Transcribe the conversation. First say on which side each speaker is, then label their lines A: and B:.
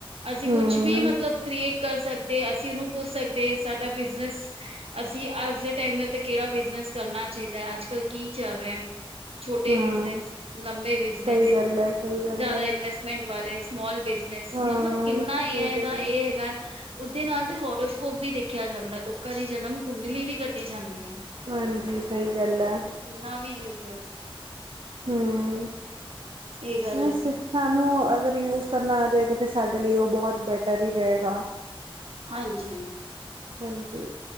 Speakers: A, on the right; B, on the right.
A: ਅਸੀਂ
B: ਹਮ
A: ਕੁਛ ਵੀ ਮਤਲਬ ਕ੍ਰੀਏਟ ਕਰ ਸਕ ਦੇ ਅਸੀਂ ਉਹਨੂੰ ਪੁੱਛ ਸਕਦੇ ਸਾਡਾ ਬਿਜਨਸ ਅਸੀਂ ਅੱਜ ਦੇ ਟਾਈਮ ਦੇ ਉੱਤੇ ਕਿਹੜਾ ਬਿਜਨਸ ਕਰਨਾ ਚਾਹੀਦਾ ਹੈ, ਅੱਜ ਕਲ੍ਹ ਕੀ ਚੱਲ ਰਿਹਾ। ਛੋਟੇ
B: ਹਮ
A: ਬਿਜਨਸ, ਲੰਬੇ ਬਿਜਨਸ।
B: ਸਹੀ ਗੱਲ ਹੈ ਸਹੀ ਗੱਲ
A: ਜ਼ਿਆਦਾ
B: ਹੈ
A: ਇਨਵੈਸਟਮੈਂਟ ਵਾਲੇ, ਸਮੋਲ ਬਿਜਨਸ,
B: ਹਾਂ
A: ਮਤਲਬ ਕਿੰਨਾ ਏ
B: ਸਹੀ
A: ਆਈ
B: ਗੱਲ
A: ਦਾ ਇਹ
B: ਹੈ
A: ਹੈਗਾ। ਓਦੇ ਨਾਲ ਤੇ ਹੋਰੋਸਕੋਪ ਵੀ ਦੇਖਿਆ ਜਾਂਦਾ, ਲੋਕਾਂ ਦੀ ਜਨਮ ਕੁੰਡਲੀ ਵੀ ਕੱਢੀ ਜਾਂਦੀ ਏ।
B: ਹਾਂਜੀ! ਸਹੀ ਗੱਲ ੲੈ।
A: ਕਿੰਨਾ ਵੀ ਯੂਜ ਏ ਉਸ ਦਾ।
B: ਹੂੰ,
A: ਇਹ ਗੱਲ
B: ਬੱਸ
A: ਹੈ
B: ਸਾਨੂੰ ਅਗਰ ਯੂਜ਼ ਕਰਨਾ ਆ ਜਾਯੇ ਤੇ ਫਿਰ ਸਾਡੇ ਲਈ ਉਹ ਬਹੁਤ ਬੈਟਰ ਹੀ ਰਹੇਗਾ।
A: ਹਾਂਜੀ!
B: ਹਾਂਜੀ!